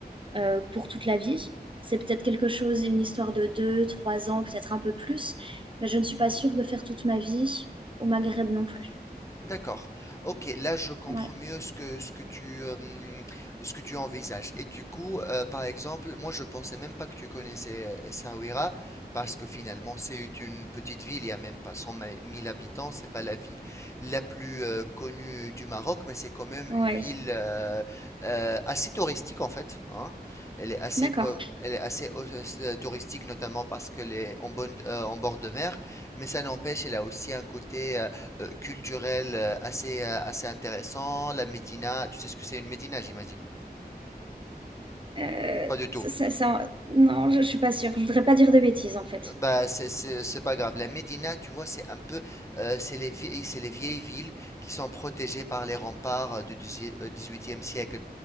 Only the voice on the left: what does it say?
D'accord. Ok, là je comprends
mieux ce que ce que tu euh, hum, ce que tu envisages. Et du coup, euh, par exemple, moi je pensais même pas que tu connaissais euh, Essaouira parce que finalement c'est une petite ville, il y a même pas cent mille habitants, c'est pas la ville la plus euh, connue du Maroc, mais c'est quand même
une ville euh, euh, assez touristique en fait. hein. Elle est assez
peu- elle est assez euh, touristique notamment parce qu'elle est en bonne euh, en bord de mer, mais ça n'empêche, elle a aussi un côté euh, culturel euh, assez, euh, assez intéressant. La Médina, tu sais ce que c'est une Médina, j'imagine?
Pas du tout.
Euh, Bah, c'est c'est- c'est pas grave. La Médina, tu vois, c'est un peu, euh, c'est les vieilles, c'est les vieilles villes qui sont protégées par les remparts euh, du dix huitième siècle.